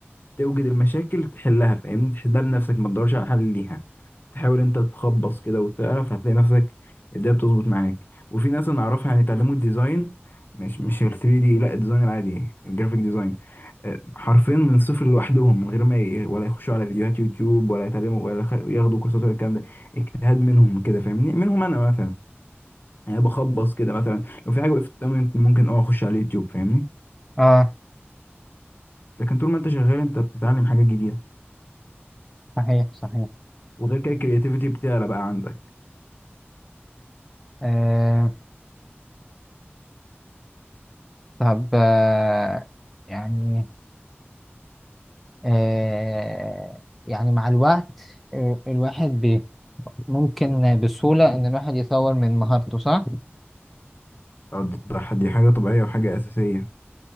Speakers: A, on the left (about 50°); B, in the centre.
A: توجد المشاكل تحلها فاهمني تحلها بنفسك ما تدورش على حل ليها تحاول انت تخبص كده وتعرف هتلاقي نفسك الدنيا بتظبط معاك وفي ناس انا اعرفها يعني اتعلموا الديزاين مش مش ال 3 دي لا الديزاين العادي الجرافيك ديزاين آه، حرفيا من الصفر لوحدهم من غير ما ي... ولا يخشوا على فيديوهات يوتيوب ولا يتعلموا ولا يخ... ياخدوا كورسات ولا الكلام ده اجتهاد منهم كده فاهمني منهم انا مثلا يعني بخبص كده مثلا لو في حاجه وقفت قدامي ممكن اه اخش على اليوتيوب فاهمني
B: اه
A: لكن طول ما انت شغال انت بتتعلم حاجات جديده
B: صحيح صحيح
A: وغير كده الكرياتيفيتي بتعلى بقى عندك
B: آه طب آه يعني آه يعني مع الوقت آه، الواحد بي ممكن بسهولة ان الواحد يطور من مهارته صح؟
A: آه، ده ده ح- دي حاجه طبيعيه وحاجه اساسيه